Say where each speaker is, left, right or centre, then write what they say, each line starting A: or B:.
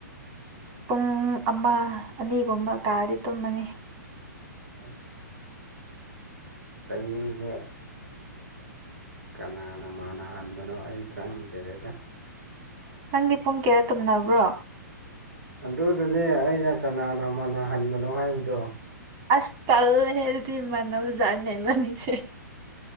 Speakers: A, on the right; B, on the right.
A: ꯄꯨꯡ ꯑꯃ ꯑꯅꯤꯒꯨꯝꯕ ꯇꯥꯔꯗꯤ ꯇꯨꯝꯃꯅꯤ
B: ꯑꯁ ꯇꯥꯏꯃꯤꯡꯁ ꯀꯅꯥꯅ ꯃꯥꯟꯅꯍꯟꯕꯅꯣ ꯑꯩ ꯈꯪꯒꯦꯗ
A: ꯅꯪꯗꯤ ꯄꯨꯡ ꯀꯌꯥ ꯇꯨꯝꯅꯕ꯭ꯔꯣ
B: ꯑꯗꯨꯗꯅꯦ ꯑꯩꯅ ꯀꯅꯥꯅ ꯃꯥꯅꯍꯟꯕꯅꯣ ꯍꯥꯏꯕꯗꯣ
A: ꯑꯁ ꯇꯜ ꯍꯗꯤ ꯏꯅ ꯑꯃꯖꯔꯅꯦ ꯃꯅꯤꯁꯦ